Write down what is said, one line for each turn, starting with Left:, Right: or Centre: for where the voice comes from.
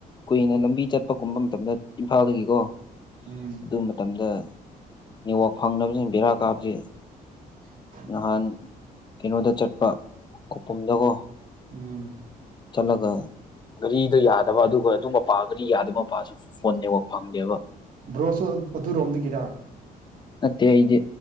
Left: ꯀꯨꯏꯅ ꯂꯝꯕꯤ ꯆꯠꯄꯒꯨꯝꯕ ꯃꯇꯝꯗ ꯏꯝꯐꯥꯜꯗꯒꯤꯀꯣ
Right: ꯎꯝ
Left: ꯑꯗꯨ ꯃꯇꯝꯗ ꯅꯦꯋꯥꯛ ꯐꯪꯅꯕꯁꯤꯡꯅ ꯕꯦꯔꯥ ꯀꯥꯕꯁꯤ
Right: <inaudible>
Left: ꯅꯍꯥꯟ ꯀꯩꯅꯣꯗ ꯆꯠꯄ ꯈꯨꯄꯨꯝꯗꯀꯣ
Right: ꯎꯝ
Left: ꯆꯠꯂꯒ ꯒꯥꯔꯤꯗꯣ ꯌꯥꯗꯕ ꯑꯗꯨꯒ ꯑꯗꯨ ꯃꯄꯥꯟꯗꯗꯤ‌ꯌꯥꯗꯕ ꯃꯄꯥꯟꯁꯨ ꯐꯣꯟ ꯅꯦꯠꯋꯥꯛ ꯐꯪꯗꯦꯕ
Right: ꯕ꯭ꯔꯣꯁꯨ ꯑꯗꯨꯔꯣꯝꯗꯒꯤꯔꯥ
Left: ꯅꯠꯇꯦ ꯑꯩꯗꯤ